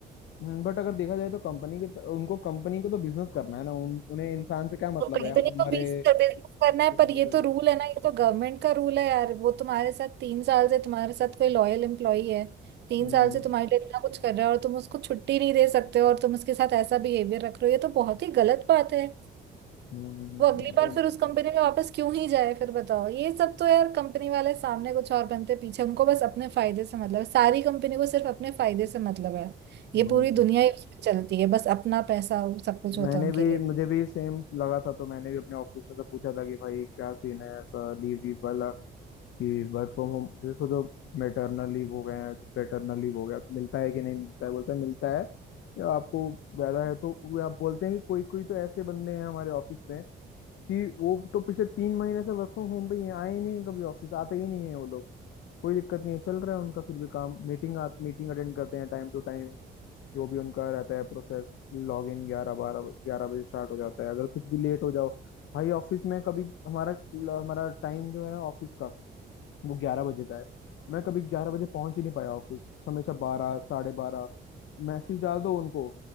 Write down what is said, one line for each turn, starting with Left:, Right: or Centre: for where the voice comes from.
Left: बट अगर देखा जाए तो कंपनी के उनको कंपनी को तो बिजनेस करना है ना उन, उन्हें इंसान से क्या मतलब
Right: तो कंपनी
Left: है हमारे
Right: को बीस बिजनेस करना है
Left: हम्म,
Right: पर ये तो रूल है ना ये तो गवर्नमेंट का रूल है यार वो तुम्हारे साथ तीन साल से तुम्हारे साथ कोई लॉयल एम्प्लॉई है तीन
Left: हम्म,
Right: साल से तुम्हारे लिए इतना कुछ कर रहा है और तुम उसको छुट्टी नहीं दे सकते हो और तुम उसके साथ ऐसा बिहेवियर रख रहे हो ये तो बहुत ही गलत बात है
Left: हम्म,
Right: वो अगली बार
Left: but-
Right: फिर उस कंपनी में वापस क्यों ही जाए फिर बताओ ये सब तो यार कंपनी वाले सामने कुछ और बनते पीछे उनको बस अपने फायदे से मतलब है सारी कंपनी को सिर्फ अपने फायदे से मतलब है ये
Left: हम्म।
Right: पूरी दुनिया ही उसमें चलती है बस अपना पैसा वो सब कुछ होता
Left: मैंने
Right: है उनके
Left: भी
Right: लिए
Left: मुझे भी सेम लगा था तो मैंने भी अपने ऑफिस में से पूछा था कि भाई क्या सीन है ऐसा लीव वीव वाला कि वर्क फ्रॉम होम जैसे सोचो मेटरनल लीव हो गया है पेटर्नल लीव हो गया तो मिलता है कि नहीं मिलता है बोलता है मिलता है या आपको ज्यादा है तो वो आप बोलते हैं कि कोई कोई तो ऐसे बंदे हैं हमारे ऑफिस में कि वो तो पिछले तीन महीने से वर्क फ्रॉम होम पे ही हैं, आए ही नहीं हैं कभी ऑफिस आते ही नहीं है वो लोग कोई दिक्कत नहीं है चल रहा है उनका फिर भी काम मीटिंग आप मीटिंग अटेंड करते हैं टाइम टू टाइम जो भी उनका रहता है प्रोसेस लॉग इन ग्यारह बारह ग्यारह बजे स्टार्ट हो जाता है अगर कुछ भी लेट हो जाओ भाई ऑफिस में कभी हमारा हमारा टाइम जो है ना ऑफिस का वो ग्यारह बजे का है मैं कभी ग्यारह बजे पहुंच ही नहीं पाया ऑफिस हमेशा बारह साढ़े बारह मैसेज डाल दो उनको